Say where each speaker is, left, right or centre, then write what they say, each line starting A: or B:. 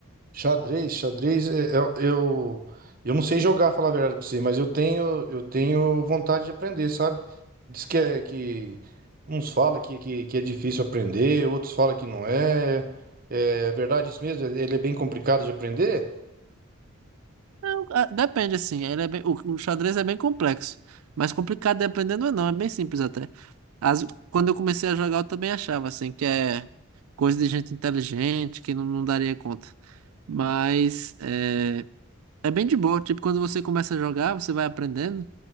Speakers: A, on the right; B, on the right.
A: Xadrez, xadrez, é- é- eu, eu, não sei jogar, falar a verdade pra você, mas eu tenho, eu tenho vontade de aprender, sabe? Diz que, é, que uns falam que, que, que é difícil aprender, outros falam que não é. É verdade isso mesmo? Ele é bem complicado de aprender?
B: Não, ah, Depende, assim. Ele é bem, o, o xadrez é bem complexo. Mas complicado dependendo, ou não. É bem simples até. As- quando eu comecei a jogar, eu também achava, assim, que é coisa de gente inteligente, que não, não daria conta. Mas é, é bem de boa. Tipo, quando você começa a jogar, você vai aprendendo,